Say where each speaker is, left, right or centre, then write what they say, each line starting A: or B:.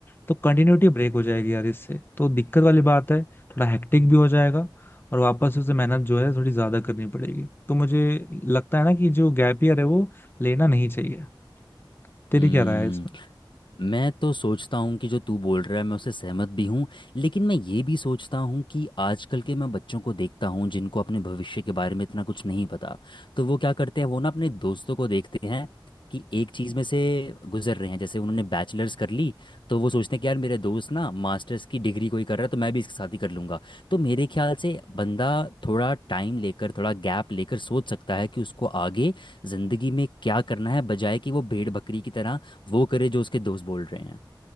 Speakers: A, on the left; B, on the left.
A: तो कंटिन्यूटी ब्रेक हो जाएगी यार इससे तो दिक्कत वाली बात है थोड़ा हेक्टिक भी हो जाएगा और वापस से उसे मेहनत जो है थोड़ी ज्यादा करनी पड़ेगी तो मुझे लगता है ना कि जो गैप ईयर है वो लेना नहीं चाहिए तेरी
B: हम्म।
A: क्या राय है इसमें
B: मैं तो सोचता हूँ कि जो तू बोल रहा है मैं उससे सहमत भी हूँ लेकिन मैं ये भी सोचता हूँ कि आजकल के मैं बच्चों को देखता हूँ जिनको अपने भविष्य के बारे में इतना कुछ नहीं पता तो वो क्या करते हैं वो ना अपने दोस्तों को देखते हैं कि एक चीज़ में से गुजर रहे हैं जैसे उन्होंने बैचलर्स कर ली तो वो सोचते हैं कि यार मेरे दोस्त ना मास्टर्स की डिग्री कोई कर रहा है तो मैं भी इसके साथ ही कर लूँगा तो मेरे ख्याल से बंदा थोड़ा टाइम लेकर थोड़ा गैप लेकर सोच सकता है कि उसको आगे ज़िंदगी में क्या करना है बजाय कि वो भेड़ बकरी की तरह वो करे जो उसके दोस्त बोल रहे हैं